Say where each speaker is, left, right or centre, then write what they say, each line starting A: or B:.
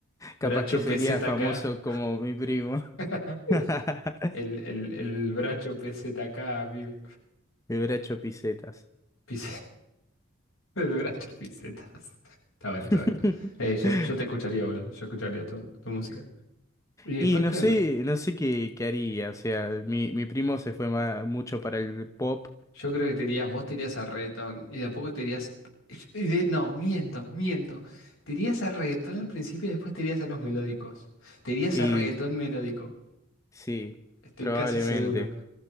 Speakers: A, on the left (about 85°); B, on the left (about 15°).
A: bracho
B: capaz que sería
A: PZK.
B: famoso como mi primo.
A: <laughs>
B: <laughs>
A: El, el, el bracho PZK, amigo.
B: Me hubiera hecho pisetas.
A: Pis- <laughs> El bracho pisetas. Está bueno,
B: <laughs>
A: está bueno. Eh, yo, yo te escucharía, boludo. Yo escucharía tu, tu música. Y después,
B: Y no
A: ¿qué
B: sé,
A: onda?
B: no sé qué, qué haría. O sea, mi, mi primo se fue ma- mucho para el pop
A: Yo creo que te irías, vos te irías al reggaetón y de a poco te irías. y de- no, miento, miento. Te irías al reggaetón al principio y después te irías a los melódicos. Te irías
B: y
A: al reggaetón melódico,
B: sí,
A: estoy
B: probablemente,
A: casi seguro.